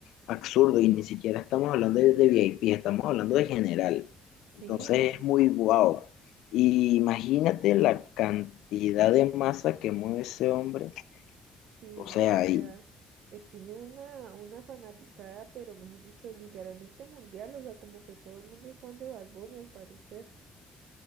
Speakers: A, on the left; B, on the right.
A: absurdo y ni siquiera estamos hablando de, de VIP, estamos hablando de general.
B: Sí,
A: Entonces
B: eh,
A: es muy guau. Y imagínate la cantidad de masa que mueve ese hombre.
B: sí,
A: O
B: no,
A: sea,
B: o
A: y
B: sea, es, tiene una, una fanaticada, pero mejor dicho, literalmente mundial, o sea, como que todo el mundo es fan de Bad Bunny al parecer.